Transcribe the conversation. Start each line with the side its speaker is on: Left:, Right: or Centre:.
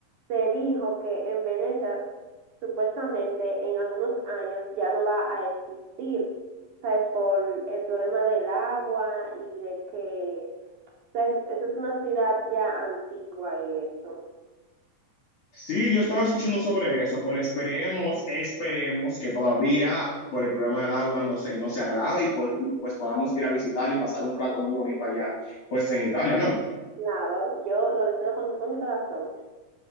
Right: se dijo que en Venecia supuestamente en algunos años ya no va a existir, ¿sabes? Por el problema del agua y de que, ¿sabes? Esa es una ciudad ya antigua y eso.
Left: Sí, yo estaba escuchando sobre eso, pero esperemos, esperemos que todavía por el problema del agua no se, no se agrave y pues, y pues podamos ir a visitar y pasar un rato muy bonito allá, pues en Italia, ¿no?
Right: Claro, yo lo deseo con todo mi corazón.